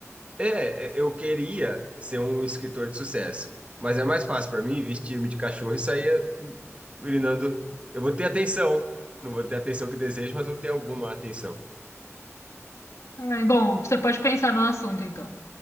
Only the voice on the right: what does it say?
É, é, eu queria ser um escritor de sucesso, mas é mais fácil para mim vestir-me de cachorro e sair urinando. Eu vou ter atenção, não vou ter a atenção que desejo, mas vou ter alguma atenção.